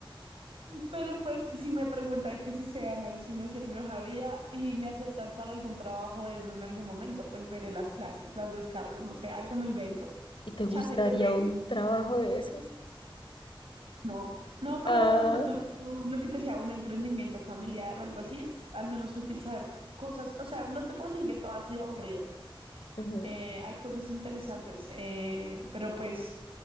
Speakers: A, on the right; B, on the left.
A: Pero pues si me preguntan que si sé análisis financiero en mi hoja de vida y me aceptan para algún trabajo de eso en algún momento, pues veré las clases, las descargo, no sé, algo me invento.
B: ¿Y te gustaría
A: ChatGPT,
B: un trabajo de esos?
A: no. No, pero
B: Ah,
A: de pronto no- lo que te decía, un emprendimiento familiar o algo así es al menos útil saber cosas. O sea, no te puedo decir que todo ha sido aburrido.
B: ujú.
A: eh, hay cosas interesantes, eh, pero pues